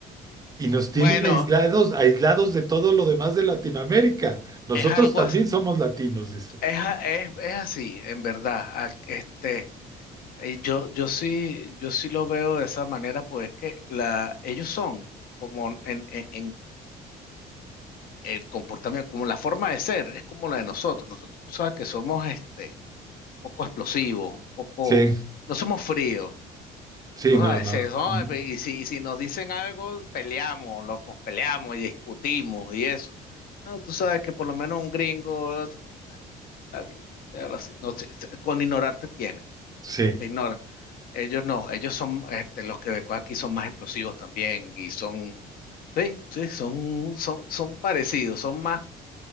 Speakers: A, on the right; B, on the left.
A: y nos
B: Bueno,
A: tienen aislados, aislados de todo lo demás de Latinoamérica. Nosotros
B: es algo
A: también
B: as-
A: somos latinos, dicen.
B: es, a- es, es así, en verdad. A- Este, eh, yo, yo sí, yo sí lo veo de esa manera, pues que la, ellos son como en, en- en el comportamiento, como la forma de ser, es como la de nosotros. Nosotros tú sabes que somos este, un poco explosivos, un poco,
A: Sí,
B: no somos fríos.
A: sí,
B: No,
A: no,
B: es
A: no.
B: eso,
A: Ujú.
B: eh, pe- y si, y si nos dicen algo, peleamos, lo, pues, peleamos y discutimos y eso. No, tú sabes que por lo menos un gringo, otro, está bien, pero así, no sé, se- con ignorarte tiene,
A: Sí.
B: te ignora. Ellos no, ellos son, este, los quebecos aquí son más explosivos también y son, sí, sí, son, son, son parecidos, son más